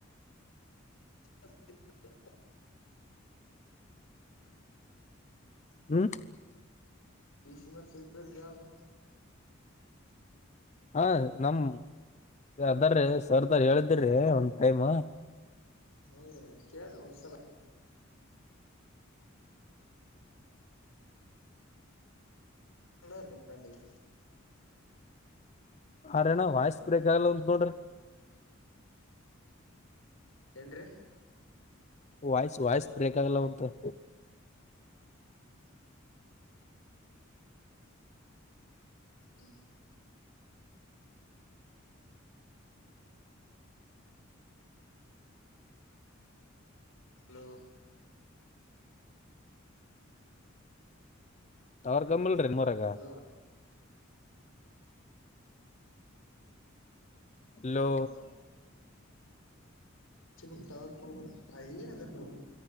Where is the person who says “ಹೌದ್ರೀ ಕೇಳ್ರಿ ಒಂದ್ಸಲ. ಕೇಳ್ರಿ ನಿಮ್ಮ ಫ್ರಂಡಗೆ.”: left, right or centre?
Left